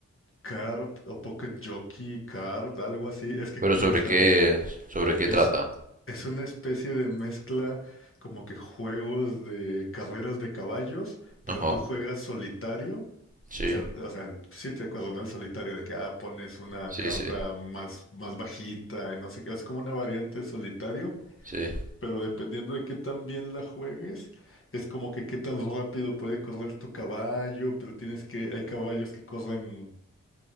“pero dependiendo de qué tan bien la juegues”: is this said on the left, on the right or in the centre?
Left